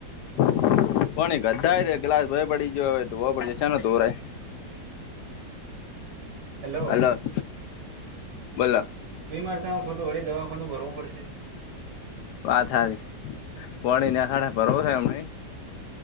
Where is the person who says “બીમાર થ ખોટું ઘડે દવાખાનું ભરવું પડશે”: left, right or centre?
Right